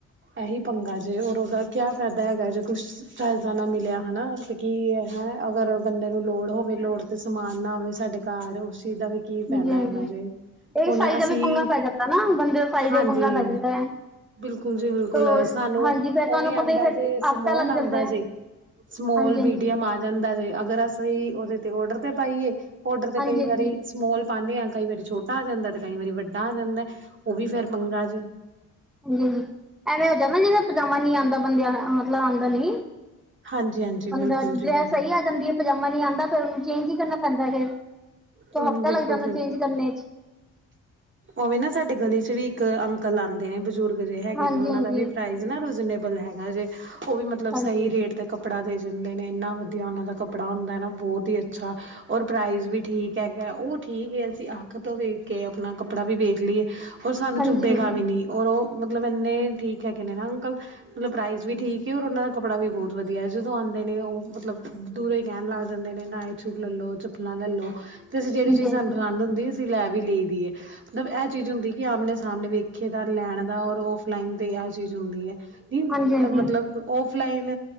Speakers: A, on the right; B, in the centre.
A: ਇਹੀ ਪੰਗਾ ਜੇ ਔਰ ਉਹਦਾ ਕਿਆ- ਫਾਇਦਾ ਹੈਗਾ ਜੇ ਕੁਛ ਚਜ ਦਾ ਨਾ ਮਿਲਿਆ ਹੈਨਾ, ਤਾਂ ਕੀ ਹੈ ਅਗਰ ਬੰਦੇ ਨੂੰ ਲੋੜ ਹੋਵੇ, ਲੋੜ ਤੇ ਸਮਾਨ ਨਾ ਆਵੇ ਸਾਡੇ ਘਰ ਉਸ ਚੀਜ਼ ਦਾ ਵੀ- ਕੀ ਫਾਇਦਾ
B: ਹਾਂਜੀ ਹਾਂਜੀ
A: ਹੈਗਾ ਜੇ,
B: ਇਹ
A: ਹੁਣ
B: ਸਾਈ
A: ਅਸੀਂ,
B: ਦਾ ਵੀ ਪੰਗਾ ਪੈ ਜਾਂਦਾ ਨਾ ਬੰਦੇ ਦਾ ਸਾਈ
A: ਹਾਂਜੀ।
B: ਦਾ ਵੀ ਪੰਗਾ ਪੈ ਜਾਂਦਾ ਹੈ
A: ਬਿਲਕੁਲ ਜੀ ਬਿਲਕੁਲ
B: ਤੋ
A: ਸਾਨੂੰ
B: ਹਾਂਜੀ ਫਿਰ
A: ਉਹ
B: ਤੁਹਾਨੂੰ
A: ਵੀ
B: ਪਤਾ
A: ਆਉਂਦਾ
B: ਹੀ ਫਿਰ
A: ਜੇ, ਸਮੋਲ
B: ਹਫ਼ਤਾ ਲੱਗ
A: ਆਂਦਾ
B: ਜਾਂਦਾ ਹੈ
A: ਜੇ ਸਮੋਲ,
B: ਹਾਂਜੀ
A: ਮੀਡੀਅਮ
B: ਹਾਂਜੀ
A: ਆ ਜਾਂਦਾ ਵੇ, ਅਗਰ ਅਸੀਂ ਉਹਦੇ ਤੇ ਓਡਰ ਤੇ ਪਾਈਏ ਔਡਰ ਤੇ
B: ਹਾਂਜੀ
A: ਕਈ ਵਾਰੀ
B: ਹਾਂਜੀ
A: ਸਮੋਲ ਪਾਂਦੇ ਆ ਕਈ ਵਾਰੀ ਛੋਟਾ ਆ ਜਾਂਦਾ, ਤੇ ਕਈ ਵਾਰੀ ਵੱਡਾ ਆ ਜਾਂਦਾ, ਉਹ ਵੀ ਫੇਰ ਪੰਗਾ ਜੇ।
B: ਜੀ-ਜੀ ਐਵੇਂ ਹੋ ਜਾ ਨਾ ਜਿਵੇਂ ਪਜਾਮਾ ਨੀ ਆਉਂਦਾ ਬੰਦਿਆਂ ਦ ਮਤਲਬ ਆਂਦਾ ਨੀ।
A: ਹਾਂਜੀ ਹਾਂਜੀ ਬਿਲਕੁਲ
B: ਬੰਦਾ
A: ਜੀ
B: ਡਰੈਸ
A: ਬਿਲਕੁਲ
B: ਸਹੀ ਆ ਜਾਂਦੀ ਹੈ, ਪਜਾਮਾ ਨੀ ਆਂਦਾ ਫੇਰ ਉਹਨੂੰ ਚੇਂਜ ਈ ਕਰਨਾ ਪੈਂਦਾ ਫੇਰ। ਤੋ
A: ਹੂੰ,
B: ਹਫ਼ਤਾ
A: ਬਿਲਕੁਲ
B: ਲੱਗ ਜਾਂਦਾ ਚੇਂਜ ਕਰਨੇ ਚ।
A: ਉਵੇ ਨਾ ਸਾਡੇ ਗਲੀ ਚ ਵੀ ਇੱਕ ਅੰਕਲ ਆਂਦੇ ਨੇ, ਬਜ਼ੁਰਗ ਜੇ ਹੈਗੇ
B: ਹਾਂਜੀ
A: ਨੇ ਉਹਨਾਂ
B: ਹਾਂਜੀ
A: ਦਾ ਵੀ
B: ਹਾਂਜੀ
A: ਪ੍ਰਾਈਜ਼ ਨ ਰੀਜਨੇਬਲ ਹੈਗਾ ਜੇ ਉਹ ਵੀ ਮਤਲਬ
B: ਹਾਂਜੀ
A: ਸਹੀ ਰੇਟ ਤੇ ਕਪ ਕੱਪੜਾ ਦੇ ਜਾਂਦੇ ਨੇ ਇੰਨਾ ਵਧੀਆ ਉਹਨਾਂ ਦਾ ਕੱਪੜਾ ਹੁੰਦਾ ਹੈ। ਨਾ ਬਹੁਤ ਹੀ ਅੱਛਾ ਔਰ ਪ੍ਰਾਈਜ਼ ਵੀ ਠੀਕ ਹੈਗਾ, ਉਹ ਠੀਕ ਹੈ ਅਸੀਂ ਅੱਖ ਤੋਂ ਵੇਖ ਕੇ ਆਪਣਾ ਕੱਪੜਾ ਵੀ ਵੇਖ ਲਈਏ ਔਰ ਸਾਨੂੰ
B: ਹਾਂਜੀ
A: ਚੁੱਭੇਗਾ
B: ਹਾਂਜੀ ਹਾਂਜੀ
A: ਵੀ ਨਹੀਂ, ਔਰ ਉਹ ਮਤਲਬ ਇੰਨੇ ਠੀਕ ਹੈ ਕਿ ਨੇ ਨਾ ਅੰਕਲ। ਮਤਲਬ ਪ੍ਰਾਈਜ਼ ਵੀ ਠੀਕ ਹੈ, ਔਰ ਉਹਨਾਂ ਦਾ ਕੱਪੜਾ ਵੀ ਬਹੁਤ ਵਧੀਆ ਹੈ, ਜਦੋਂ ਆਂਦੇ ਨੇ ਉਹ ਮਤਲਬ ਦੂਰੋਂ ਕਹਿਣ ਲੱਗ ਜਾਂਦੇ ਨੇ, ਨਾਈਟ ਸੂਟ ਲੈ ਲੋ ਚੱਪਲਾਂ ਲੈ ਲੋ। ਤੇ ਅਸੀਂ ਜਿਹੜੀ ਚੀਜ਼
B: ਹਾਂਜੀ
A: ਸਾਨੂੰ ਪਸੰਦ ਹੁੰਦੀ ਏ, ਅਸੀਂ ਲੈ ਵੀ ਲਈ ਦੀਏ। ਮਤਲਬ ਐਹ ਚੀਜ਼ ਹੁੰਦੀ, ਕਿ ਆਮਣੇ ਸਾਹਮਣੇ ਵੇਖੇ ਦਾ ਲੈਣ ਦਾ ਔਰ ਔਫਲਾਈਨ 'ਤੇ ਐਹ ਚੀਜ਼ ਹੁੰਦੀ ਹੈ। ਦੀ ਨੀ
B: ਹਾਂਜੀ ਹਾਂਜੀ
A: ਮਤਲਬ ਔਫਲਾਈਨ